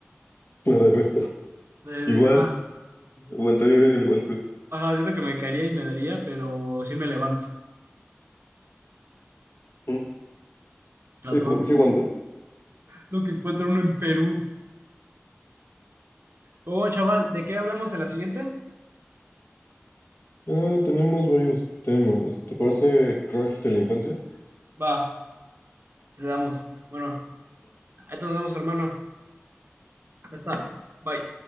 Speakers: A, on the left (about 55°); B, on the right (about 60°).
A: <laughs> La de Beto.
B: La de-
A: Igual,
B: ajá.
A: aguantaría bien el golpe.
B: Ajá, siento que me caería y me daría, pero sí me levanto.
A: ¿Mm? Sí,
B: Las cosas.
A: como que sí aguanta.
B: Lo que encuentra uno en Perú. Oh, chaval, ¿de qué hablamos en la siguiente?
A: Ah, tenemos varios temas. ¿Te parece Crush de la infancia?
B: Va, le damos. Bueno, ahí nos vemos, hermano. Ya está. Bye.